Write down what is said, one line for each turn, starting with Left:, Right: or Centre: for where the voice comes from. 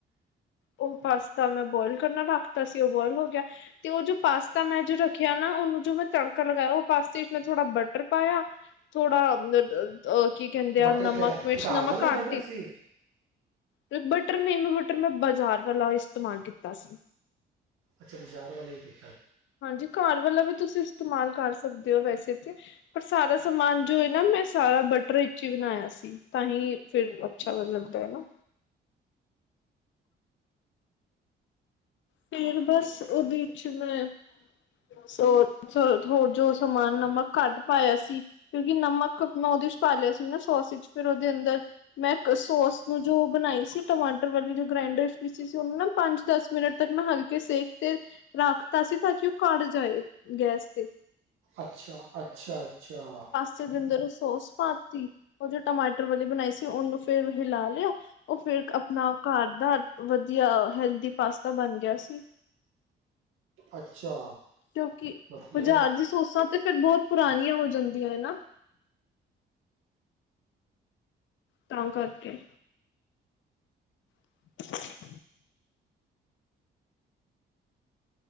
Left: ਓ ਪਾਸਤਾ ਮੈਂ ਬੋਇਲ ਕਰਨਾ ਰਖਤਾ ਸੀ, ਓ ਬੋਇਲ ਹੋ ਗਿਆ। ਤੇ ਓ ਜੋ ਪਾਸਤਾ ਮੈਂ ਜੋ ਰੱਖਿਆ ਨਾ, ਉਨੂੰ ਜੋ ਮੈਂ ਤੜਕਾ ਲਗਾਇਆ, ਓ ਪਾਸਤੇ ਚ ਮੈਂ ਥੋੜਾ ਬਟਰ ਪਾਇਆ। ਥੋੜ੍ਹਾ ਮੇ ਅ ਅ, ਕੀ ਕਹਿੰਦੇ
Right: ਬਟਰ
Left: ਆ ਨਮਕ,
Right: ਕਿਹੜਾ
Left: ਮਿਰਚ,
Right: ਘਰ
Left: ਨਮਕ
Right: ਵਾਲਾ
Left: ਘੱਟ
Right: ਬਟਰ
Left: ਈ।
Right: ਸੀ
Left: ਤੇ ਬਟਰ ਨੀ, ਮੈਂ ਬਟਰ ਮੈਂ ਬਾਜਾਰ ਵਾਲਾ ਇਸਤੇਮਾਲ ਕੀਤਾ ਸੀ।
Right: ਅੱਛਾ ਬਜਾਰ ਵਾਲਾ ਈ ਕੀਤਾ।
Left: ਹਾਂਜੀ, ਘਾਰ ਵਾਲਾ ਵੀ ਤੁਸੀਂ ਇਸਤੇਮਾਲ ਕਰ ਸਕਦੇ ੳ ਵੈਸੇ ਤੇ। ਪਰ ਸਾਰਾ ਸਮਾਨ ਜੋ ਏ ਨਾ, ਮੈਂ ਸਾਰਾ ਬਟਰ ਇੱਚ ਈ ਬਣਾਇਆ ਸੀ। ਤਾਂਹੀ ਫਿਰ ਅੱਛਾ ਲੱਗਦਾ ਐ ਨਾ। ਫੇਰ ਬਸ ਉਦੇ ਚ ਮੈਂ, ਸੋ ਸ, ਹੋਰ ਜੋ ਸਮਾਨ ਨਮਕ ਘਟ ਪਾਇਆ ਸੀ। ਕਿਉਂਕਿ ਨਮਕ ਅਪਨਾ ਉਦੇ ਚ ਪਾ ਲਿਆ ਸੀ ਨਾ ਸੋਸ ਵਿੱਚ, ਫਿਰ ਉਦੇ ਅੰਦਰ ਮੈਂ ਇਕ ਸੋਸ ਨੂੰ ਜੋ ਬਣਾਈ ਸੀ ਟਮਾਟਰ ਵਾਲੀ ਜੋ ਗ੍ਰਾਂਇਡਰ ਚ ਪੀਸੀ ਸੀ, ਉਨੂੰ ਨਾ ਪੰਜ, ਦਸ ਮਿੰਟ ਤੱਕ ਨਾ ਹਲਕੇ ਸੇਕ ਤੇ ਰਾਖਤਾ ਸੀ, ਤਾਂ ਕਿ ਓ ਕੜ ਜਾਏ ਗੈਸ ਤੇ।
Right: ਅੱਛਾ, ਅੱਛਾ, ਅੱਛਾ।
Left: ਤੇ ਓਦੇ ਅੰਦਰ ਸੋਸ ਪਾਤੀ, ਓ ਜੋ ਟਮਾਟਰ ਵਾਲੀ ਬਣਾਈ ਸੀ ਉਨੂੰ ਫੇਰ ਹਿਲਾ ਲਿਆ। ਓ ਫੇਰ ਅਪਣਾ ਘਰ ਦਾ, ਵਧੀਆ ਹੈਲਦੀ ਪਾਸਤਾ ਬਣ ਗਿਆ ਸੀ।
Right: ਅੱਛਾ!
Left: ਕਿਉਂਕਿ,
Right: ਵਧੀਆ
Left: ਬਜਾਰ
Right: ਹੈ
Left: ਦੀ ਸੋਸਾਂ ਤੇ ਫਿਰ ਬਹੁਤ ਪੁਰਾਣੀਆਂ ਹੋ ਜਾਂਦੀਆਂ ਏ ਨਾ, ਤਾਂ ਕਰਕੇ। <unintelligible>